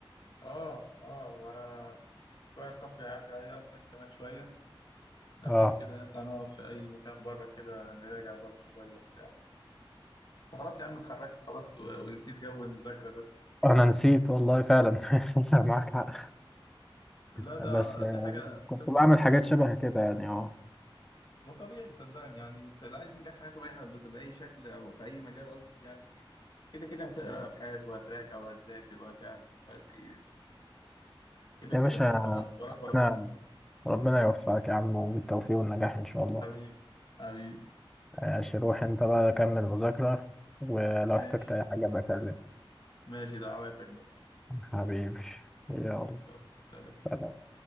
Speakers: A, on the left (about 55°); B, in the centre.
A: آه آه وأنا في واحد صاحبي هيعدي عليا أصلا كمان شوية ناويين
B: اه
A: كده نطلع نقعد في أي مكان بره كده نراجع برضو شوية وبتاع أنت خلاص يا عم اتخرجت خلاص و... ونسيت جو المذاكرة ده
B: انا نسيت والله فعلا <laughs> معاك حق
A: لا ده
B: بس آه،
A: دي حاجة
B: كنت
A: تفرح
B: بعمل حاجات شبه كده يعني اه
A: ما طبيعي صدقني يعني انت اللي عايز ينجح في حياته بأي بأي شكل أو في أي مجال قصدي يعني كده كده هتقرأ أبحاث وهتراجع وهتذاكر وهتعمل ومش عارف إيه كده
B: يا
A: كده
B: باشا
A: فاهم وراك وراك وراك
B: ربنا ربنا يوفقك يا عم وبالتوفيق والنجاح ان شاء الله
A: حبيبي حبيبي
B: ماشي روح انت بقى كمل مذاكره ولو
A: ماشي
B: احتجت اي حاجه بكلمك
A: ماشي دعواتك بقى
B: حبيبي يلا
A: يلا سلام
B: سلام.